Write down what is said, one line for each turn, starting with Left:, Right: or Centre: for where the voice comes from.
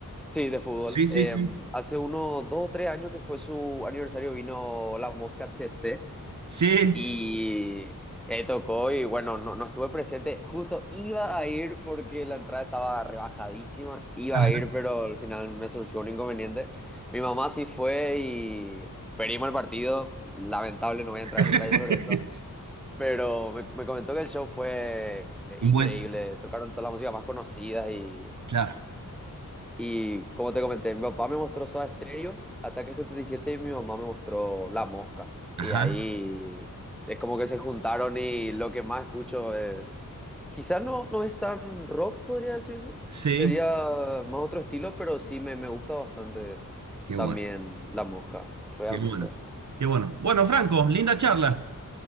Centre: Sí, de fútbol.
Right: Sí, sí,
Centre: Eh,
Right: sí.
Centre: hace unos dos o tres años que fue su aniversario vino la Mosca Tsetse.
Right: Sí.
Centre: Y ahí tocó y bueno, no, no estuve presente. Justo iba a ir porque la entrada estaba rebajadísima. Iba
Right: Ajá.
Centre: a ir, pero al final me surgió un inconveniente. Mi mamá sí fue y perdimos el partido. Lamentable, no voy a
Right: <laughs>
Centre: entrar en detalles sobre eso. Pero me, me comentó que el show fue increíble.
Right: Buen-
Centre: Tocaron todas las músicas más conocidas y
Right: Claro.
Centre: y como te comenté, mi papá me mostró Soda Stereo, Ataque 77 y siete, y mi mamá me mostró La Mosca.
Right: Ajá.
Centre: Y ahí es como que se juntaron y lo que más escucho es... Quizás no, no es tan rock, podría decirse.
Right: Sí.
Centre: Sería más otro estilo, pero sí me, me gusta bastante
Right: Qué
Centre: también
Right: bueno.
Centre: La Mosca, realmente.
Right: Qué bueno. Qué bueno. Bueno, Franco, linda charla.